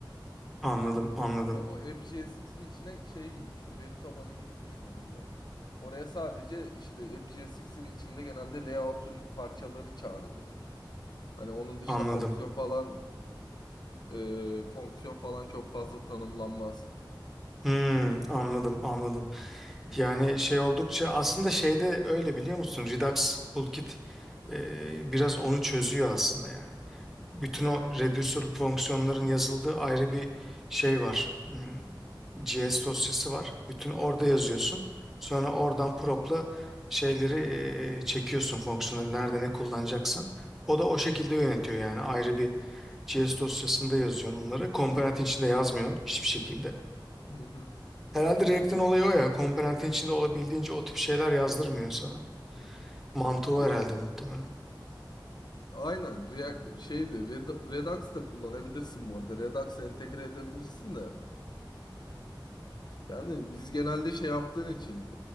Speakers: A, in the centre; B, on the left.
A: Anladım,
B: E,
A: anladım,
B: Çok, o AppGSX'in içine şey gibi düşün. Veri tabanı gibi düşün onu biraz. Oraya sadece işte AppGSX'in içinde genelde layout'un parçaları çağrılır. Hani onun dışında
A: anladım.
B: fonksiyon falan e, fonksiyon falan çok fazla tanımlanmaz.
A: Hmm, anladım, anladım.
B: Hı hı.
A: Yani şey oldukça aslında şeyde öyle biliyor musun? Redux Toolkit e, biraz onu çözüyor aslında yani. Bütün o reducer fonksiyonların yazıldığı ayrı bir şey var. Hmm, JS dosyası var. Bütün orada yazıyorsun.
B: Aha.
A: Sonra oradan prop'la şeyleri e, çekiyorsun fonksiyonları nerede ne kullanacaksan. O da o
B: Hı
A: şekilde
B: hı.
A: yönetiyor yani ayrı bir JS
B: Aha.
A: dosyasında yazıyorsun onları. Komponentin içinde yazmıyorsun hiçbir şekilde.
B: Hı hı.
A: Herhalde React'in olayı o ya. Komponentin içinde olabildiğince o tip şeyler yazdırmıyor sana.
B: Hı hı.
A: Mantığı o
B: Ya
A: herhalde muhtemelen.
B: aynen React, şeydi Red- Redux da kullanabilirsin bu arada. Redux entegre edebilirsin de. Yani biz genelde şey yaptığın için